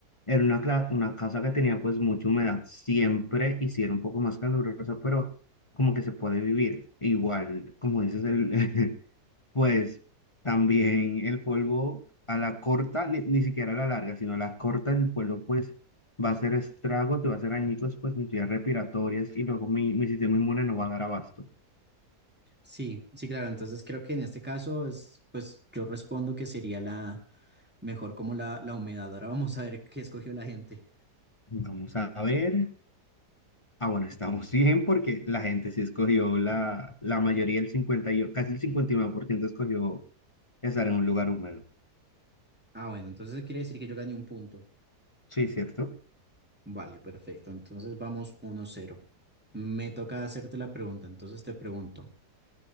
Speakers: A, on the left (about 20°); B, in the centre.
A: era una, cla- una casa que tenía pues mucha humedad siempre y sí era un poco más calurosa, pero como que se puede vivir. Igual, como dices, el, <laughs> Pues también el polvo a la corta, ni, ni siquiera a la larga, sino a la corta el polvo pues va a hacer estragos, te va a hacer añicos pues mis vías respiratorias y luego mi, mi sistema inmune no va a dar abasto.
B: Sí, sí, claro. Entonces creo que en este caso es, pues yo respondo que sería la mejor como la, la humedad. Ahora vamos a ver qué escogió la gente.
A: Vamos a ver. Ah, bueno, estamos <laughs> bien porque la gente sí escogió la, la mayoría, el cincuenta y, casi el 59% escogió estar en un lugar húmedo.
B: Ah, bueno, entonces quiere decir que yo gané un punto.
A: Sí, ¿cierto?
B: Vale, perfecto. Entonces vamos uno cero. Me toca hacerte la pregunta, entonces te pregunto.